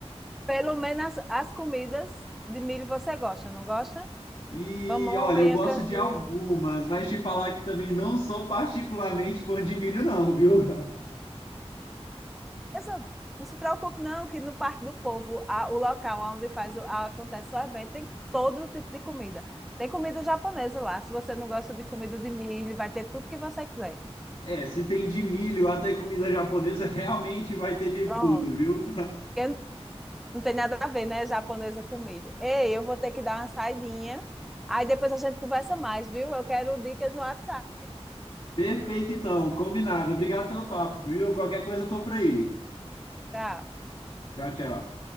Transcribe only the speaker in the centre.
Pelo menos as, as comidas de milho você gosta, não gosta?
Pamonha,
canjica.
Eu só- não se preocupe, não, que no Parque do Povo, a- o local onde faz o- acontece o evento, tem todo tipo de comida. Tem comida japonesa lá. Se você não gosta de comida de milho, vai ter tudo que você quiser.
Pronto.
Porque n- não tem nada a ver, né? Japonesa com milho. Ei, eu vou ter que dar uma saidinha. Aí depois a gente conversa mais, viu? Eu quero dicas no WhatsApp.
Tá.